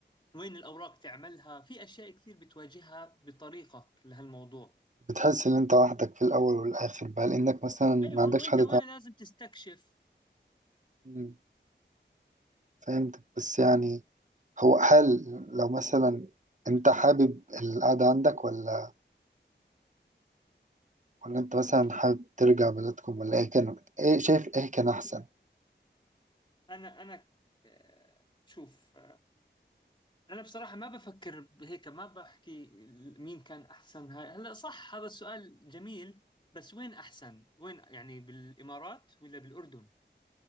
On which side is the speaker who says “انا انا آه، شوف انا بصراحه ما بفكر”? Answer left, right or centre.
Left